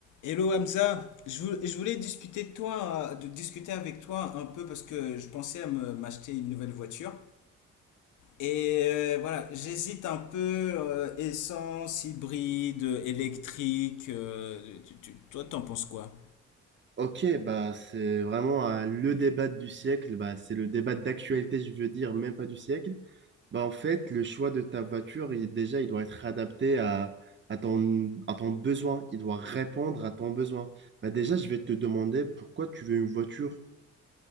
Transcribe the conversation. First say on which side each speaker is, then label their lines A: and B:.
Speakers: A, on the left; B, on the right.
A: Hello Hamza, je vou- je voulais discuter de toi, euh, de discuter avec toi un peu parce que je pensais à me m'acheter une nouvelle voiture. Et euh, voilà, j'hésite un peu euh, essence, hybride, électrique. euh, tu- tu- toi, t'en penses quoi?
B: Ok, bah c'est vraiment euh, le débat du siècle, bah, c'est le débat d'actualité, je veux dire, même pas du siècle. Bah en fait, le choix de ta voiture, il- déjà, il doit être adapté à, à ton, à ton besoin, il doit répondre à ton besoin. Bah déjà, je vais te demander pourquoi tu veux une voiture.